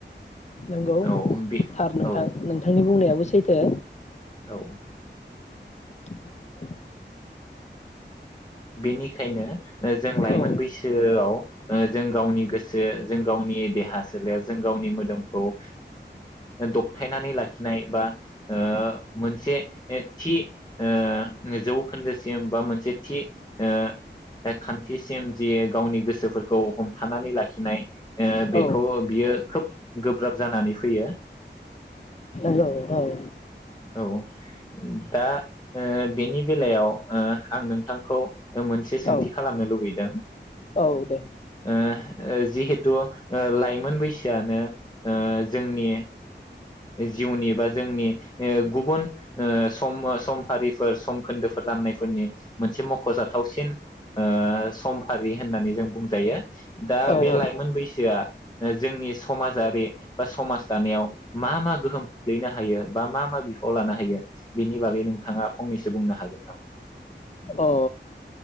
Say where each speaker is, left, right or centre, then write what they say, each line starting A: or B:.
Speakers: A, on the left; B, on the left.
A: नोंगौ
B: औ बे
A: थार नोंथां
B: औ
A: नोंथांनि बुंनायाबो सैथो।
B: औ
A: <inaudible>
B: बेनिखायनो ओ जों लाइमोन
A: औ
B: बैसोआव ओ जों गावनि गोसो जों गावनि देहा सोलेर जों गावनि मोदोमखौ ओ दबथायनानै लाखिनाय बा ओ मोनसे एथि ओ जौखोन्दोसिम बा मोनसे थि ओ खान्थिसिम जि गावनि गोसोफोरखौ हमथानानै लाखिनाय ओ बेखौ
A: औ
B: बियो खोब गोब्राब जानानै फैयो।
A: नोंगौ औ
B: औ दा ओ बेनि बेलायाव ओ आं नों थांखौ ओ मोनसे सोंथि
A: औ
B: खालामनो लुबैदों।
A: औ दे
B: ओ ओ जिहेथु ओ लाइमोन बैसोआनो ओ जोंनि जिउनि बा जोंनि ओ गुबुन ओ सम समफारिफोर सम खोन्दोफोर राननायफोरनि मोनसे मख'जाथावसिन ओ सम आरि होननानै जों बुंजायो। दा
A: औ
B: बे
A: औ
B: लाइमोन बैस जो आ ओ जोंनि समाजारि बा समाज दानायाव मा मा गोहोम खोख्लैनो हायो बा मा मा बिफाव लानो हायो बेनि बागै नोंथाङा फंनैसो बुंनो हागोन नामा?
A: अ